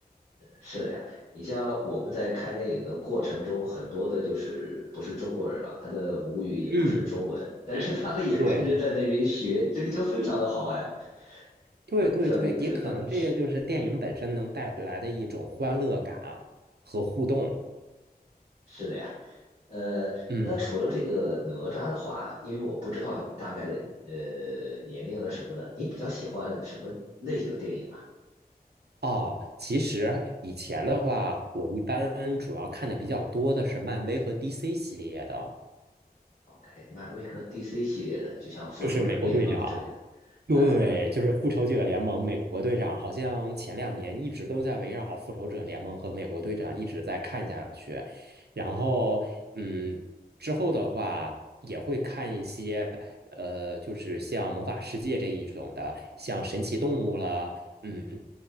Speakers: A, on the left; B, on the right.
A: 是的呀，你像我们在看电影的过程中，很多的就是不是中国人了，他的母语也不是中文，
B: 嗯，
A: 但是他们也跟着在那边学，
B: 对
A: 这个就非常的好玩。
B: 对对对，
A: 我不知道你有没有注意到，
B: 也可能这也就是电影本身能带来的一种欢乐感和互动。
A: 嗯。是的呀，呃，
B: 嗯，
A: 那除了这个哪吒的话，因为我不知道你大概的呃年龄的什么的，你比较喜欢什么类型的电影啊
B: 哦，其实以前的话，我一般主要看的比较多的是漫威和 DC 系列的。
A: ？OK，漫威和 DC 系列的，就像复仇者联盟之类的，
B: 就是美国队长，对，
A: 呃
B: 就是复仇者联盟。美国队长好像前两年一直都在围绕复仇者联盟和美国队长一直在看下去，然后嗯，之后的话也会看一些呃，就是像魔法世界这一种的，像神奇动物啦，嗯。